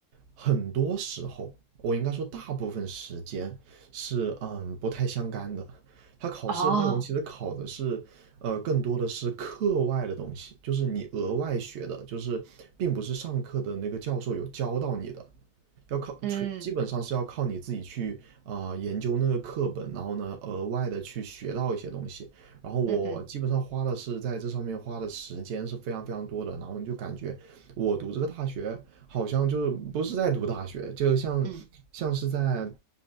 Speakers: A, on the right; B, on the right.
A: 很多时候我应该说大部分时间是嗯、不太相干的。他考试的内容其实考的是呃，
B: 哦，
A: 更多的是课外的东西，就是你额外学的，就是并不是上课的那个教授有教到你的，要靠纯基本上是要靠你自己去啊、
B: 嗯
A: 呃研究那个课本，然后呢额外的去学到一些东西。然后我基本上花的是在这上面花的时间是非常非常多的，
B: 嗯嗯
A: 然后你就感觉我读这个大学好像就是不是在读大学，就像像是在
B: 嗯，